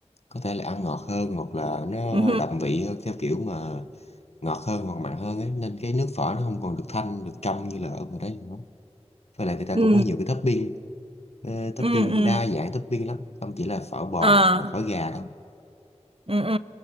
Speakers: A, on the left; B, on the right.
A: có thể là ăn ngọt hơn hoặc là nó
B: ừ.
A: đậm vị hơn theo kiểu mà ngọt hơn hoặc mặn hơn ấy nên cái nước phở nó không còn được thanh được trong như là ở ngoài đấy nữa với lại người ta
B: ừ
A: cũng có nhiều cái topping ờ, topping
B: ừ ừ
A: đa dạng topping lắm không chỉ là phở bò
B: à
A: hoặc là phở gà đâu
B: ừ ừ